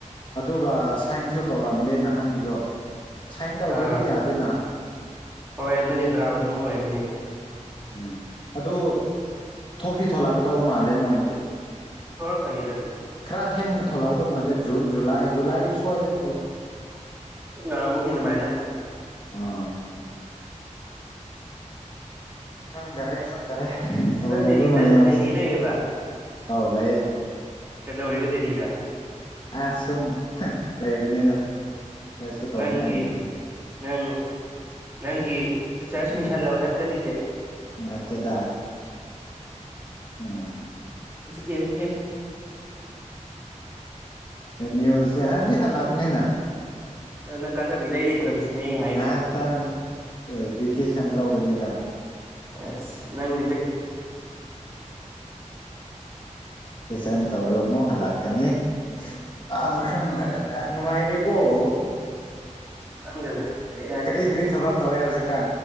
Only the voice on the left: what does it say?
ꯑꯗꯨꯒ ꯁꯥꯏꯟꯁꯨ ꯇꯧꯔꯝꯑꯝꯗꯦ ꯅꯍꯥꯟꯒꯤꯗꯣ ꯁꯥꯏꯟ ꯇꯧꯗ꯭ꯔꯗꯤ
ꯌꯥꯗꯦꯅ
ꯎꯝ ꯑꯗꯨ ꯊꯣꯛꯇꯤ ꯊꯣꯛꯂꯛꯀꯗꯧ ꯃꯥꯜꯂꯦ ꯃꯣꯏꯒꯤ
ꯈꯔ ꯊꯦꯡꯅ ꯊꯣꯛꯂꯛꯇꯧ ꯃꯥꯜꯂꯤ ꯖꯨꯟ ꯖꯂꯥꯏ ꯖꯨꯂꯥꯏ ꯁꯋꯥꯗ
ꯑꯥ <inaudible> ꯈꯪꯒꯥꯔꯦ ꯐꯔꯦ ꯇꯧꯔꯤꯕ
ꯃꯌꯥꯝꯁꯦ
ꯑꯧ ꯂꯩꯌꯦꯦ
ꯑ ꯁꯨꯝ ꯂꯩꯕꯅꯤꯗ ꯀꯩꯁꯨ ꯇꯧꯅꯤꯡꯉꯥꯏ
ꯂꯩꯇꯦ
ꯑꯠꯇꯦꯗ ꯎꯝ
ꯃꯤ ꯑꯣꯏ ꯁꯦ ꯍꯥꯏꯗꯤ ꯍꯂꯒꯅꯤꯅ
ꯉꯍꯥꯛꯇꯪ ꯚꯦꯀꯦꯁꯟ ꯂꯧꯕꯅꯤꯅ
ꯏꯁꯟ ꯇꯧꯔ ꯑꯃꯨꯛ ꯍꯜꯂꯛꯀꯅꯤ ꯑ
ꯈꯪꯗ꯭ꯔꯦꯅꯨꯡꯉꯥꯏ ꯑꯣ
ꯔꯤ ꯔꯤ ꯊꯕꯥꯛ ꯇꯋꯦ ꯍꯧꯖꯤ ꯀ